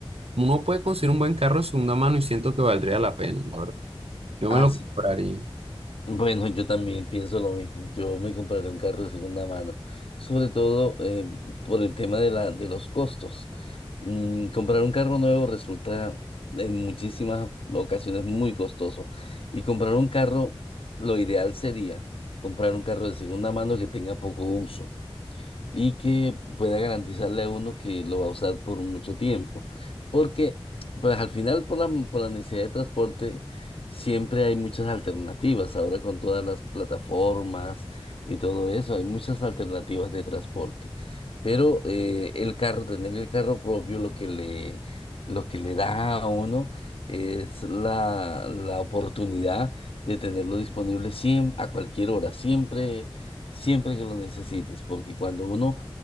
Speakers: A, on the right (about 80°); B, on the left (about 70°).
A: uno puede conseguir un buen carro de segunda mano y siento que valdría la pena, la verdad. Yo
B: Ah,
A: me lo
B: sí.
A: compraría.
B: Bueno, yo también pienso lo mismo. Yo me compraré un carro de segunda mano, sobre todo eh, por el tema de la, de los costos. Mm, comprar un carro nuevo resulta en muchísimas ocasiones muy costoso. Y comprar un carro, lo ideal sería comprar un carro de segunda mano que tenga poco uso. y que pueda garantizarle a uno que lo va a usar por mucho tiempo. Porque, pues al final, por la, por la necesidad de transporte, siempre hay muchas alternativas. Ahora con todas las plataformas y todo eso, hay muchas alternativas de transporte. Pero eh, el carro, tener el carro propio, lo que le, lo que le da a uno es la, la oportunidad de tenerlo disponible siempre, a cualquier hora, siempre siempre que lo necesites, porque cuando uno